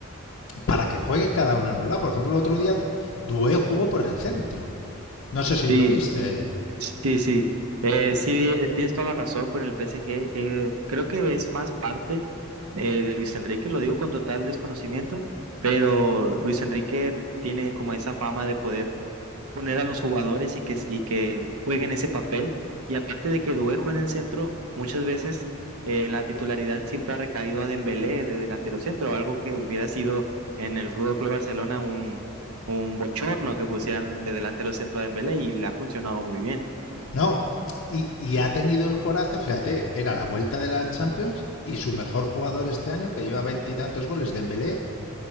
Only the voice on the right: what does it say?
Sí,
Sí, sí, Eh, sí, eh, tienes toda la razón con el PSG. Eh, creo que es más parte eh, de Luis Enrique, lo digo con total desconocimiento, pero Luis Enrique tiene como esa fama de poder poner a los jugadores y que, y que jueguen ese papel. Y aparte de que Duejo en el centro, muchas veces eh, la titularidad siempre ha recaído a Dembélé de delantero centro, algo que hubiera sido en el Fútbol Club Barcelona un, un bochorno que pusieran de delantero centro a Dembélé y le ha funcionado muy bien.